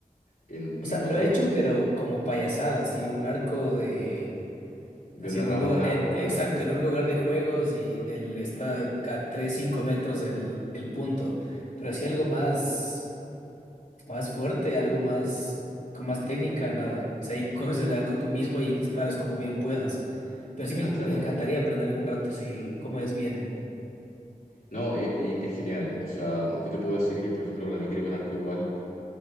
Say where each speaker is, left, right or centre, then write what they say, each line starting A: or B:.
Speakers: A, on the left; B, on the left.
A: en,
B: O
A: en
B: sea,
A: Ecuador,
B: lo he hecho, pero como payasada, así, un arco de,
A: de
B: así
A: una
B: en
A: rama,
B: un lugar,
A: de un árbol,
B: en- exacto,
A: algo así.
B: en un lugar de juegos y del, está a 3, 5 metros del el punto, pero así algo más. Más fuerte, algo más, con más técnica, nada. O sea, y coges el arco tú mismo y disparas como bien puedas. Pero sí me,
A: Ah,
B: en-
A: claro.
B: me encantaría aprender algún rato así, cómo es bien.
A: No, e- e- es, genial. O sea, yo te puedo decir que, por ejemplo, para mí tiro con arco igual,